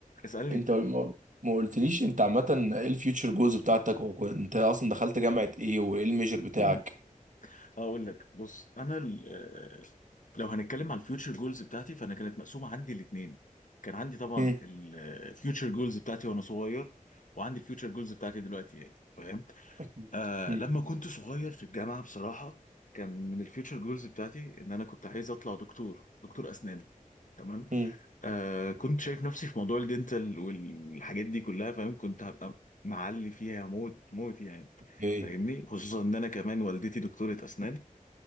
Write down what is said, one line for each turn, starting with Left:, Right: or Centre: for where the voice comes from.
Left: اسألني
Right: انت ما ما قلتليش انت عامة ايه الفيوتشر جولز بتاعتك وانت اصلا دخلت جامعة ايه وايه الميجر بتاعك
Left: <clears throat> اقول لك بص انا ال- آه، لو هنتكلم على الفيوتشر جولز بتاعتي فانا كانت مقسومة عندي الاثنين كان عندي طبعا
Right: مم.
Left: الفيوتشر جولز بتاعتي وانا صغير وعندي الفيوتشر جولز بتاعتي دلوقتي يعني فاهم
Right: اكيد
Left: آه
Right: مم.
Left: لما كنت صغير في الجامعة بصراحة كان من الفيوتشر جولز بتاعتي ان انا كنت عايز اطلع دكتور دكتور اسنان تمام
Right: مم.
Left: آه كنت شايف نفسي في موضوع الدنتال والحاجات دي كلها فاهم كنت هبقى معلي فيها موت موت يعني
Right: ايه
Left: فاهمني خصوصا ان انا كمان والدتي دكتورة اسنان